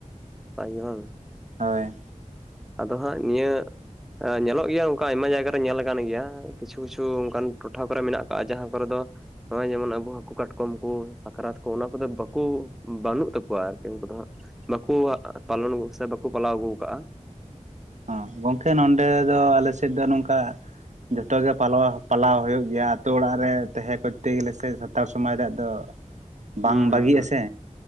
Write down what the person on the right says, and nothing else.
ᱦᱳᱭ᱾
ᱦᱚᱸ ᱜᱚᱝᱠᱮ ᱱᱚᱰᱮ ᱫᱚ ᱟᱞᱮ ᱥᱮᱫ ᱫᱚ ᱱᱚᱝᱠᱟ, ᱡᱷᱚᱛᱚ ᱜᱮ ᱯᱟᱞᱣᱟ ᱯᱟᱞᱟᱣ ᱦᱳᱭᱳᱜ ᱜᱮᱭᱟ᱾ ᱛᱳ ᱚᱲᱟᱜ ᱨᱮ ᱛᱮᱦᱮ ᱠᱚᱨᱛᱮ ᱜᱮᱞᱮ ᱥᱮ ᱥᱟᱛᱟᱲ ᱥᱚᱢᱟᱡᱽ ᱨᱮᱭᱟᱜ ᱫᱚ, ᱵᱟᱝ
ᱵᱟᱹᱜᱤᱜ-ᱟ
ᱥᱮ